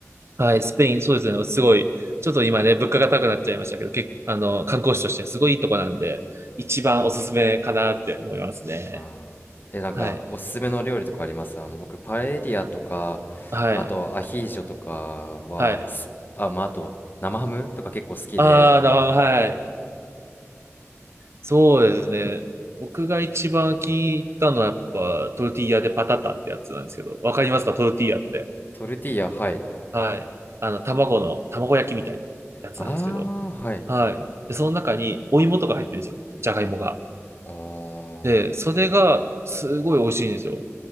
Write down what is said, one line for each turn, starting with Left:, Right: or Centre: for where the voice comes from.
Right: はい、スペイン、そうですね、すごい、ちょっと今ね、物価が高くなっちゃいましたけど、け、あの、観光地としてすごいいいとこなんで、一番おすすめかなって思いますね。
Left: ああ。え、なんか、
Right: はい。
Left: おすすめの料理とかありますあの、僕、パエリアとか、
Right: はい。
Left: あと、アヒージョとかは、
Right: はい。
Left: すあ、まあ、あと、生ハムとか結構好きで、
Right: ああ、だ、はい。そうですね。僕が一番聞いたのはやっぱトルティーヤでパタタってやつなんですけど、わかりますかトルティーヤって。
Left: トルティーヤ、はい。
Right: はい。あの、卵の、卵焼きみたいなやつなんですけど。
Left: ああ、はい。
Right: はい。で、その中にお芋とか入ってるんですよ。じゃがいもが。
Left: ああ。
Right: で、それがすごい美味しいんですよ。